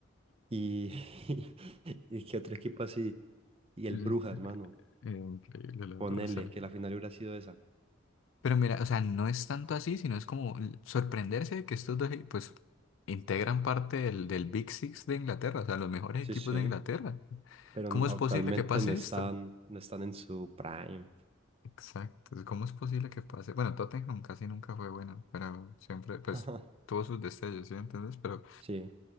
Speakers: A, on the right; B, on the left.
A: y, <laughs> y qué otro equipo así. Y el
B: Sí,
A: Brujas, mano.
B: eh, Increíble, la
A: Ponele
B: verdad. o sea,
A: que la final hubiera sido esa.
B: Pero mira, o sea, no es tanto así, sino es como l- sorprenderse de que estos dos, e- pues, integran parte del, del Big Six de Inglaterra, o sea, los mejores
A: Sí,
B: equipos
A: sí.
B: de Inglaterra.
A: Pero
B: ¿Cómo
A: n-
B: es
A: actualmente
B: posible que pase
A: no están,
B: esto?
A: no están en su prime.
B: Exacto, ¿cómo es posible que pase? Bueno, Tottenham casi nunca fue bueno, pero siempre, pues,
A: <laughs>
B: tuvo sus destellos, ¿sí me entiendes? Pero
A: Sí.